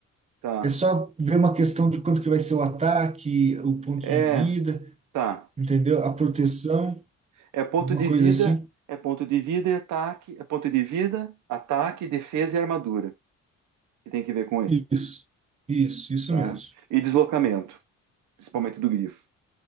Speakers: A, on the right; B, on the right.
A: Tá.
B: É só ver uma questão de quanto que vai ser o ataque, o ponto
A: É,
B: de vida,
A: tá.
B: entendeu? A proteção,
A: É ponto
B: uma
A: de
B: coisa
A: vida,
B: assim.
A: é ponto de vida e ataque, é ponto de vida, ataque, defesa e armadura, que tem que ver com ele,
B: Isso, isso, isso
A: tá?
B: mesmo.
A: E deslocamento, principalmente do grifo.